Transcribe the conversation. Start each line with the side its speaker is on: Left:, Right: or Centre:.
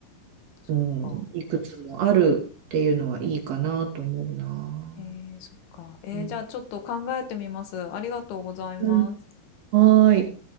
Left: そっか。
Right: うん、いくつもあるっていうのはいいかなと思うな。
Left: えー、そっか。えーじゃあちょっと考えてみます。
Right: うん、
Left: ありがとうございます。
Right: うんはーい。